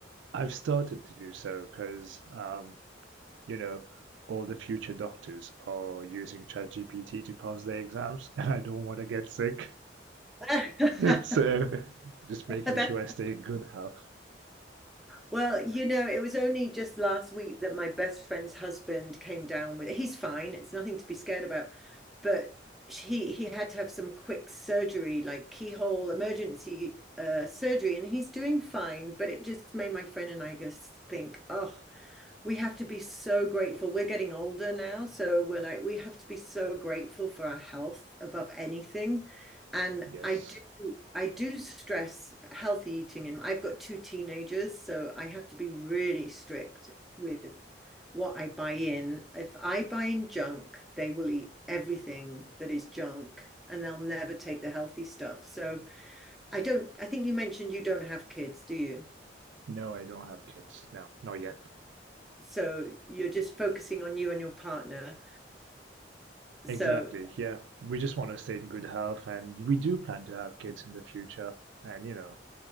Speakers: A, on the right; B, in the centre.
A: I've started to do so because um, you know all the future doctors are using ChatGPT to pass their exams, <laughs> and I don't want to get sick.
B: <laughs>
A: <laughs> so just making
B: That's
A: sure I stay in good health.
B: Well, you know, it was only just last week that my best friend's husband came down with He's fine. It's nothing to be scared about. But he he had to have some quick surgery, like keyhole emergency uh, surgery, and he's doing fine. But it just made my friend and I just think, oh, we have to be so grateful. We're getting older now, so we're like, we have to be so grateful for our health above anything. And
A: Yes.
B: I do, I do stress healthy eating, and I've got two teenagers, so I have to be really strict with what I buy in. If I buy in junk, they will eat everything that is junk, and they'll never take the healthy stuff. So I don't, I think you mentioned you don't have kids, do you?
A: No, I don't have kids. No, not yet.
B: So you're just focusing on you and your partner. So
A: Exactly. Yeah. We just want to stay in good health and we do plan to have kids in the future. And, you know,